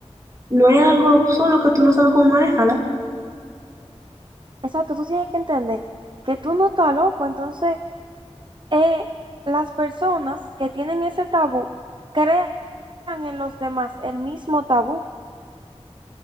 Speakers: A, on the right; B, on the right.
A: no es algo solo que tú no sabes cómo manejarla,
B: Exacto, tú tienes que entender que tú no estás loco, entonces eh, las personas que tienen ese tabú crean en los demás el mismo tabú.